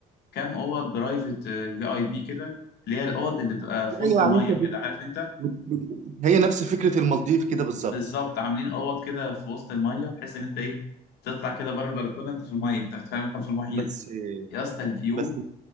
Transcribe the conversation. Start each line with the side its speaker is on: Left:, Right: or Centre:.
Left: كام أوض برايفت آه، في اي بي كده اللي هي الأوض اللي بتبقى في
Right: ايوه
Left: وسط المية
Right: يعني انت بت...
Left: كده عارف انت
Right: بت... بت... هي نفس فكره المالديف كده بالظبط
Left: بالظبط عاملين اوض كده في وسط الميه بحيث ان انت ايه تطلع كده بره البلكونه انت في الميه انت فاهم انت في المحيط
Right: بس
Left: يا اسطى الفيو
Right: بس